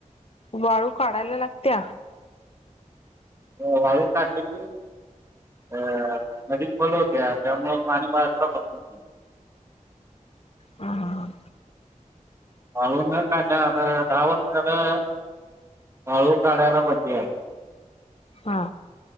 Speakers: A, on the left; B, on the right.
A: वाळू काढायला लागत्या?
B: हो वालू काढली ती. अ नदी खोल होत्या त्यामुळ पाणी बाहे <unintelligible> पसरत नाही.
A: हा हा हा.
B: वाळू न काढलं आता दहा वर्ष झालं. वाळू काढायला बंदी हाय.
A: हा.